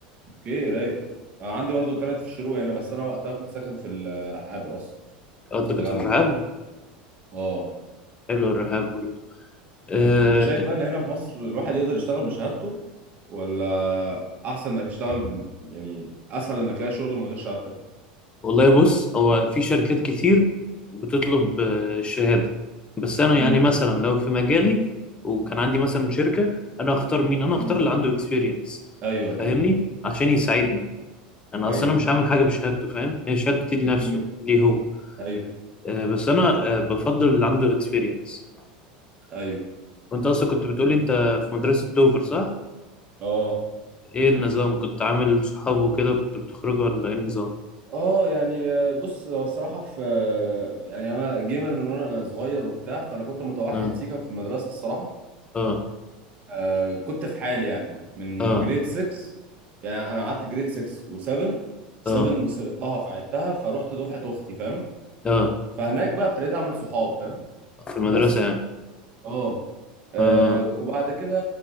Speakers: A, on the right; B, on the left.
A: اوكي رايق انا عندي برضو كانت في الشروق هنا بس انا وقتها كنت ساكن في الرحاب اصلا
B: آه، انت
A: في التجمع
B: كنت في الرحاب
A: اه
B: حلو الرحاب برضه آه،
A: امم انت شايف بقى ان هنا في مصر الواحد يقدر يشتغل بشهادته ولا احسن انك تشتغل ب- يعني اسهل انك تلاقي شغل من غير شهادتك
B: والله بص هو في شركات كتير بتطلب آه، الشهادة بس أنا
A: امم
B: يعني مثلا لو في مجالي وكان عندي مثلا شركة أنا هختار مين؟ أنا هختار
A: امم
B: اللي عنده اكسبيرينس
A: ايوه اكيد
B: فاهمني؟ عشان يساعدني أنا
A: ايوه
B: أصلا أنا مش هعمل حاجة بشهادته فاهم؟ هي شهادتي لنفسه
A: امم
B: ليه هو
A: ايوه
B: آه، بس أنا آه، بفضل اللي عنده اكسبيرينس
A: ايوه
B: وأنت أصلا كنت بتقولي
A: اكيد
B: أنت في مدرسة دوفر صح؟
A: اه
B: إيه النظام؟ كنت عامل صحاب وكده وكنت بتخرجوا ولا إيه النظام؟
A: اه يعني آه، بص هو الصراحه في آه، يعني انا جيمر من وانا صغير وبتاع فانا كنت متوحد
B: آه
A: سيكا في المدرسه الصراحه
B: آه
A: آه، كنت في حالي يعني من
B: آه
A: جريد 6 يعني انا قعدت جريد 6 و7 7
B: آه
A: سقطتها فعدتها فروحت دفعه اختي فاهم
B: آه
A: فهناك بقى ابتديت اعمل صحاب فاهم
B: في المدرسة
A: بس
B: يعني
A: اه آه،
B: آه
A: وبعد كده